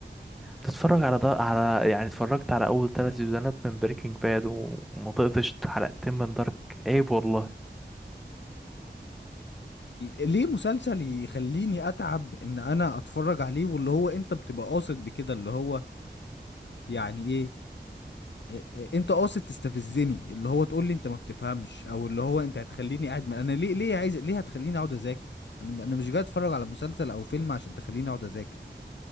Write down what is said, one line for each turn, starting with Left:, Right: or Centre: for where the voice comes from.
Centre: تتفرج على ده على يعني اتفرجت على اول ثلاث سيزونات من بريكنج باد وما طقتش حلقتين من دارك عيب والله
Left: ليه مسلسل يخليني اتعب ان انا اتفرج عليه واللي هو انت بتبقى قاصد بكده اللي هو يعني ايه إيه- إيه، انت قاصد تستفزني اللي هو تقول لي انت ما بتفهمش او اللي هو انت هتخليني قاعد من... انا ليه ليه عايز ليه هتخليني اقعد اذاكر انا انا مش جاي اتفرج على مسلسل او فيلم عشان تخليني اقعد اذاكر